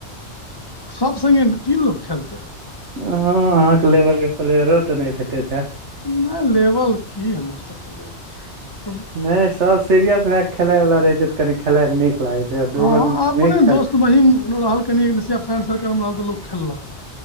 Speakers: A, on the left; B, on the right.
A: सभ संगे की लोक खेलतै।
B: हऽ अहाँकेँ लेवल कऽ प्लेयरो तऽ नै भेटैत है
A: नै लेवल की हमर सब कऽ लेवल <inaudible> सब।
B: नै सब सीरियस भै केँ खेलाय वला रहे छै तऽ कनी खेलाय में नीक लागे छै।
A: हँ
B: दूगो नहि
A: अपने
B: खेल
A: दोस्त महीम रहल कनि एक <unintelligible> सर्कलमे रहल तऽ लोक खेललक।